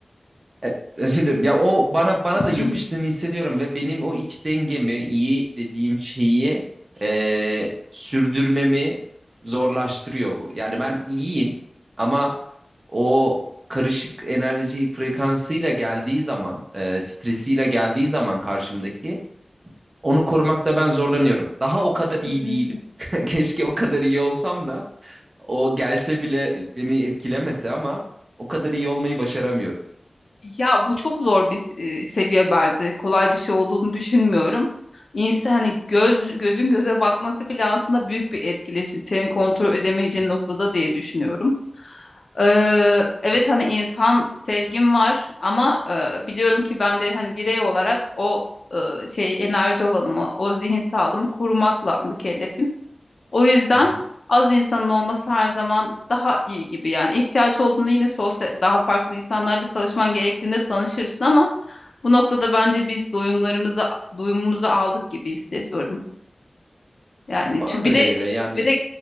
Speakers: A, on the right (about 45°); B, on the left (about 65°).
A: Evet, <laughs> özür dilerim. Ya o bana bana
B: <laughs> Sorun
A: da yapıştığını
B: değil.
A: hissediyorum ve benim o iç dengemi, iyi dediğim şeyi eee, sürdürmemi zorlaştırıyor bu. Yani ben iyiyim ama o karışık enerji frekansıyla geldiği zaman, eee, stresiyle geldiği zaman karşımdaki onu korumakta ben zorlanıyorum. Daha o kadar iyi
B: Kesinlikle.
A: değilim. <laughs> Keşke o kadar iyi olsam da o gelse bile beni etkilemese ama o kadar iyi olmayı başaramıyorum.
B: Ya bu çok zor bir e, seviye bence. Kolay bir şey olduğunu düşünmüyorum. İnsan hani göz gözün göze bakması bile aslında büyük bir etkileşim. Senin kontrol edemeyeceğin
A: Hı
B: noktada diye düşünüyorum. Ee, evet hani insan sevgim var ama e, biliyorum ki ben de hani birey olarak o e, şey enerji alanımı, o zihin sağlığımı korumakla mükellefim. O yüzden
A: hı.
B: az insanın olması her zaman daha iyi gibi yani. ihtiyaç olduğunda yine sosyal, daha farklı insanlarla tanışman gerektiğinde tanışırsın ama bu noktada bence biz doyumlarımızı, doyumumuzu aldık gibi hissediyorum. Yani
A: Bana
B: çünkü
A: da
B: bir
A: öyle
B: de
A: geliyor. Yani
B: bir de